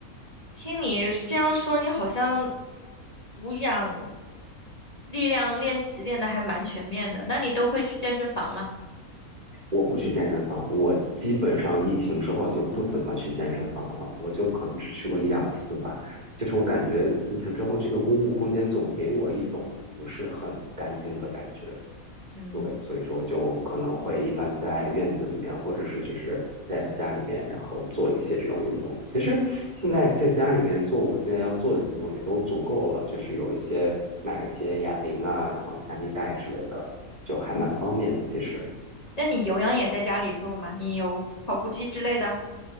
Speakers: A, on the left; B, on the right.
A: 听你这样说，你好像无氧。力量练习练的还蛮全面的。那你都会去健身房吗？
B: 我不去健身房，我基本上疫情之后就不怎么去健身房了，我就可能只去过一两次吧。就是我感觉疫情之后，这个公共空间总给我一种不是很干净的感觉。
A: 嗯
B: 对，所以说我就可能会一般在院子里面，或者是就是在家里面，然后做一些这种运动。其实现在在家里面做我现在要做的运动也都足够了，就是有一些买了一些哑铃啊，然后弹力带之类的，就还蛮方便的。
A: 嗯，
B: 其实，
A: 那你有氧也在家里做吗？你有跑步机之类的？